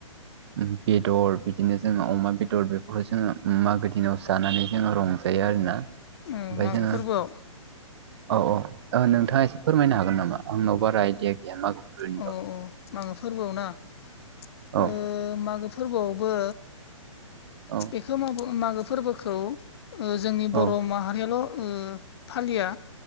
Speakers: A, on the right; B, on the left.
A: उम बेदर बिदिनो जोङो अमा बेदर बेफोरखौ जोङो उम मागो दिनाव जानानै जोङो रंजायो आरोना
B: उम
A: ओमफ्राय
B: मागो
A: जोङो
B: फोरबोआव
A: औ औ ओ नोंथाङा एसे फोरमायनो हागोन नामा आंनाव बारा आइदिया गैया मागो फोर्बोर्नि
B: औ
A: बागै।
B: मागो फोर्बोआव ना ओ
A: औ
B: मागो फोर्बोआवबो
A: औ
B: बेखो मावगो मागो फोर्बोखौ ओ जोंनि बर'
A: औ
B: माहारियाल' ओ फालिया